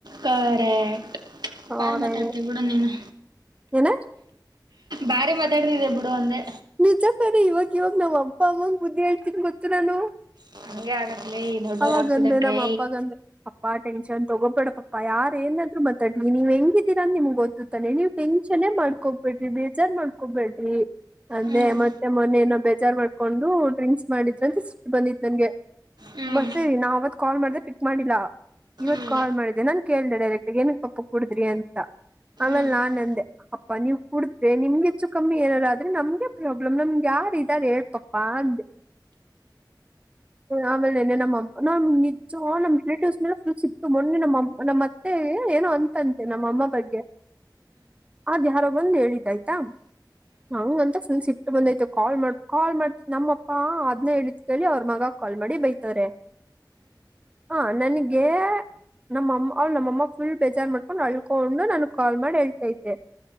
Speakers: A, on the right; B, on the right.
A: ಕರೆಕ್ಟ್
B: ಅವರೇ
A: ಬಾರಿ ಮಾತಾಡುತೀಯ ಬಿಡು ನೀನು
B: ಏನ
A: ಬಾರಿ ಮಾತಾಡುತೀಯ ಬಿಡು ಅಂದೆ
B: ನಿಜ ತಾನೆ ಇವಾಗ ಇವಾಗ ನಮ್ಮ ಅಪ್ಪ ಅವಂಗ ಬುದಿ ಹೇಳ್ತೀನಿ ಗೊತ್ತ ನಾನು.
A: <unintelligible> ದೊಡ್ಡೋರ್
B: ಅವಾಗಂದೆ
A: ಆಗ್ತಿದ್ದಂಗೆ
B: ನಮ್ಮ ಅಪ್ಪಾಗಂದೆ ಅಪ್ಪ ಟೆನ್ಶನ್ ತಗೋಬೇಡ ಪಪ್ಪಾ ಯಾರ ಏನಾದ್ರು ಮಾತಾಡ್ಲಿ ನೀವ್ ಹೆಂಗಿದೀರ ಅಂತ ನಿಮ್ಗ್ ಗೊತ್ತತಾನೆ ನೀವ್ ಟೆನ್ಶನ್ ಮಾಡ್ಕೊಬೇಡ್ರಿ ಬೇಜಾರ್ ಮಾಡ್ಕೊಬೇಡ್ರಿ ಅಂದೆ
A: ಹ್ಮ್
B: ಮತ್ತೆ ಮೊನ್ನೆ ಏನೋ ಬೇಜಾರ್ ಮಾಡ್ಕೊಂಡು ಡ್ರಿಂಕ್ಸ್ ಮಾಡಿದ್ರಿ ಅಂತ ಬಂದಿದ್ ನನ್ಗೆ
A: ಹ್ಮ್
B: ಬರ್ತೇರಿ ನಾ ಅವತ್ ಕಾಲ್ ಮಾಡ್ದೆ ಫಿಕ್ ಮಾಡಿಲ್ಲ ಇವತ್
A: ಹ್ಮ್
B: ಕಾಲ್ ಮಾಡಿದೆೆ ನನ್ ಕೇಳ್ದೆ ಡೈರೆಕ್ಟ್ ಏನುಕ್ಕೆ ಪಪ್ಪ ಕುಡುದ್ರಿ ಅಂತ ಆಮೇಲೆ
A: ಅಯ್ಯಪ್ಪ
B: ನಾನ್ ಅಂದೆ ಅಪ್ಪಾ ನೀವ್ ಕುಡ್ದೆ ನಿಮ್ಗೆ ಹೆಚ್ಚು ಕಮ್ಮಿ ಏನಾರ ಆದ್ರೆ ನಮ್ಗೆ ಪ್ರಾಬ್ಲಮ್ ನಮ್ಗೆ ಯಾರ ಇದಾರ ಹೇಳ್ಪಪ್ಪಾ ಅಂದೆ ಆಮೇಲೆೆ ನಮ್ಮ ನಿಜ ನಮ್ಮ್ ರಿಲೇಟಿವ್ಸ್ ಮೇಲೆ ಫುಲ್ ಸಿಟ್ಟು ಮೊನ್ನೆ ನಮ್ಮಮ್ಮ ನಮ್ಮತ್ತೆ ಏನೋ ಅಂತಂತೆ ನಮ್ಮಅಮ್ಮ ಬಗ್ಗೆ ಅದು ಯಾರೊ ಬಂದ್ ಹೇಳಿದಾಯ್ತಾ ಹಂಗಂತ ಫುಲ್ ಸಿಟ್ಟು ಬಂದ್ತು ಕಾಲ್ ಮಾಡ್ ಕಾಲ್ ಮಾಡ್ತ ನಮ್ಮಪ್ಪಾ ಅದ್ನೇ ಹೇಳಿದ ಕೇಳಿ ಅವ್ರ ಮಗ ಕಾಲ್ ಮಾಡಿ ಬೈತವಾರೆ ಹ ನನ್ಗೆ ನಮ್ಮ ಅಮ್ಮ ನಮ್ಮಅಮ್ಮ ಫುಲ್ ಬೇಜಾರ್ ಮಾಡಕೊಂಡು ಅಳ್ಕೊಂಡು ನನ್ ಕಾಲ್ ಮಾಡಿ ಹೇಳತಯ್ತೆ